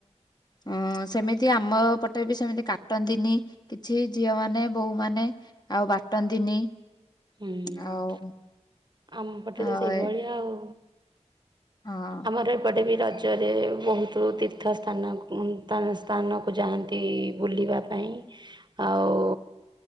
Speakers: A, on the left (about 35°); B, on the right (about 40°).
A: ହଁ ସେମିତି ଆମ ପଟେ ବି ସେମିତି କାଟନ୍ତିନି କିଛି ଝିଅ ମାନେ ବୋହୂ ମାନେ ଆଉ ବାଟନ୍ତିନି।
B: ହୁଁ
A: ଆଉ
B: ଆମ ପଟେ
A: ଆଉ
B: ତ ସେଇଭଳିଆ
A: ଏ
B: ଆଉ।
A: ହଁ।
B: ଆମର ଏପଟେ ବି ରାଜ୍ୟରେ ବହୁତ ତୀର୍ଥ ସ୍ଥାନ ଉ ତା ସ୍ଥାନକୁ ଯାଆନ୍ତି ବୁଲିବା ପାଇଁ ଆଉ